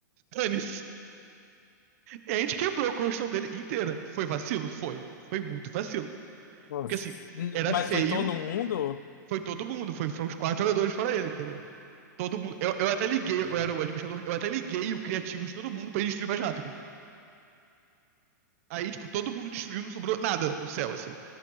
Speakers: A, on the right; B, on the left.
A: Dane-se. E a gente quebrou a construção dele inteira. Foi vacilo? Foi. Foi muito vacilo.
B: Nossa.
A: Porque assim,
B: N-
A: era
B: Mas
A: feio,
B: foi todo mundo?
A: foi todo mundo, foi, foram os quatro jogadores fora ele, entendeu? Todo mundo. Eu, eu até liguei,
B: Uhum.
A: eu era o administrador, eu até liguei o criativo de todo mundo pra ele destruir mais rápido. Aí, tipo, todo mundo destruiu, não sobrou nada no céu, assim.